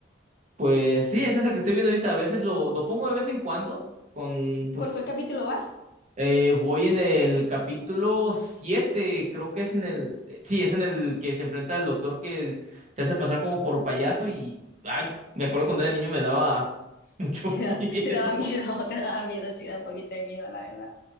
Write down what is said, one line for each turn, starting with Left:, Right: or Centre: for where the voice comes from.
Right: Pues sí, ese es el que estoy viendo ahorita, a veces lo, lo pongo de vez en cuando, con pues
Left: ¿Por cuál capítulo vas?
Right: Eh, voy en el capítulo siete creo que es en el, eh, sí, es en el que se enfrenta al doctor que se hace pasar como por payaso y, ay, me acuerdo cuando era niño me daba mucho
Left: <laughs> Te da-
Right: <laughs> miedo.
Left: te daba miedo, <laughs> te daba miedo, sí, da un poquito de miedo, la verdad.